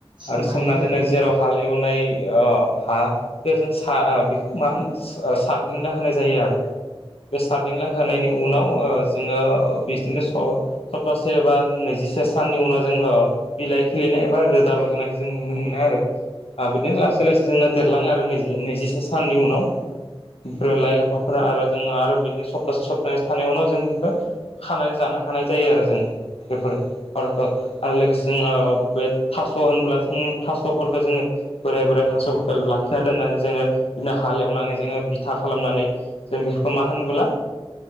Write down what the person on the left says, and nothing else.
आरो सोमनानै
दोनो
जेराव हाल एवनाय इय हा बे जों सा आ बेखौ मा होनो ओ सारदिंना होनाय जायो आरो। बे सारदिंला होनायनि उनाव ओ जोङो बिसदिनो स-सप्तासे बा नैजिसे साननि उनाव जोङो बिलाय खिलिनाय एबा रोदा रजनाय जों नुनो मोनो आरो आ बिदिनो लासै लासै जोंना देरलाङो आरो नैजि नैजिसे साननि उनाव। इफोरो लाइ लाफा फोरा आरो। जोङो आरो बिदिनो सप्तासे सप्तानै थानाय उनाव जों बिखौ खानानै जानो हानाय जायो आरो जोङो। बेफोर आरोखो आरो लोगोसे जोङो बे थास' होनब्ला उम थास'फोरखौ जोङो बोराय बोराय थास'फोरखौ लाखिना दोननानै जोङो बिदिनो हालेवनानै जोङो बिथा खालामनानै जों बेफोरखौ मा होनबोला